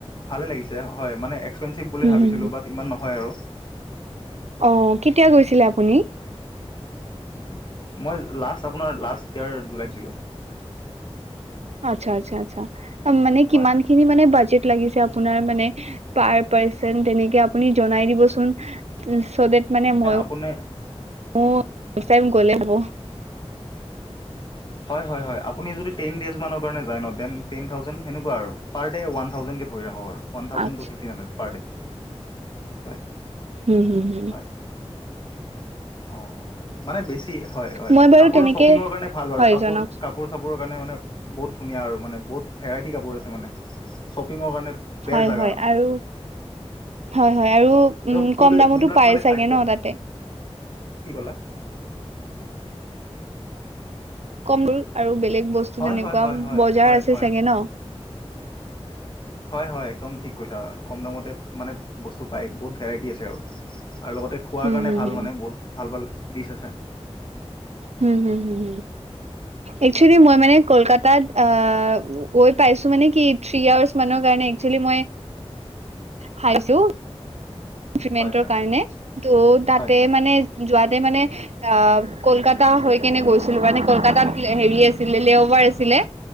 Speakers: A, on the left; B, on the right.
A: ভালে লাগিছে। হয়, মানে এক্সপেঞ্চিভ বুলি
B: উম,
A: ভাবিছিলো বাট ইমান নহয় আৰু।
B: অ কেতিয়া গৈছিলে আপুনি?
A: মই লাষ্ট আপোনাৰ লাষ্ট ইয়েৰ জুলাইত গৈছিলো।
B: আচ্ছা আচ্ছা আচ্ছা। মানে কিমানখিনি
A: হয় হয়
B: মানে বাজেট লাগিছে আপোনাৰ মানে পাৰ পাৰচন তেনেকে আপুনি জনাই দিবচোন, চ' দেট মানে মইয়ো
A: আপোনাৰ
B: উম ফাৰ্ষ্ট টাইম গ'লে হ'ব।
A: হয় হয় হয়, আপুনি যদি টেন ডেইজ মানৰ কাৰণে যায় ন দেন টেন থাউজেণ্ড সেনেকুৱা আৰ পাৰ ডে ওৱান থাউজেণ্ডকে পৰি যাব আৰু। ওৱান থাউজেণ্ড
B: আচ্ছা
A: টু ফিফটিন হাণ্ড্ৰেড পাৰ ডে হয়।
B: হু হু হু।
A: হয় অ অ মানে বেছি হয় হয়
B: মই বাৰু
A: কাপোৰৰ
B: তেনেকে
A: শ্বপিঙৰ কাৰণে ভাল বাৰু
B: হয়
A: কাপোৰ
B: জনাওক
A: কাপোৰ কাপোৰৰ কাৰণে মানে বহুত ধুনীয়া আৰু মানে বহুত ভেৰাইটি কাপোৰ আছে মানে। শ্বপিঙৰ কাৰণে
B: হয়
A: বেষ্ট জাগা
B: হয়
A: মানে।
B: আৰু হয় হয় আৰু উম
A: ফুড
B: কম দামতো
A: যোনবিলাক
B: পায়
A: মানে
B: চাগে
A: খাদ্য
B: ন তাতে?
A: কি ক'লা?
B: কম ৰেট আৰু বেলেগ বস্তু
A: হয়
B: তেনেকুৱা
A: হয় হয় হয়
B: বজাৰ
A: হয়
B: আছে
A: হয়
B: চাগে ন?
A: হয় হয় একদম ঠিক কৈছা কম দামতে মানে বস্তু পায়। বহুত ভেৰাইটি আছে আৰুআৰু লগতে খোৱাৰ
B: হুম
A: কাৰণে
B: হুম
A: ভাল
B: হুম
A: মানে বহুত ভাল ভাল দিছ আছে।
B: হো, হো, হো, হো এইখিনি
A: হয় হয়
B: মানে কলকাত তাত আ গৈ পাইছো মানে কি থ্ৰি ইয়াৰ্চ মানৰ কাৰণে একচুৱেলি মই তাত খাইছোঁ ষ্টুডেণ্টৰ
A: হয় হয়
B: কাৰণে ত' তাতে
A: হয় হয়
B: মানে যোৱাতে মানে অ', কলকাতা হৈ কেনে গৈছিলো মানে কলকাতাত হেৰি আছিলে লেল'বাবা আছিলে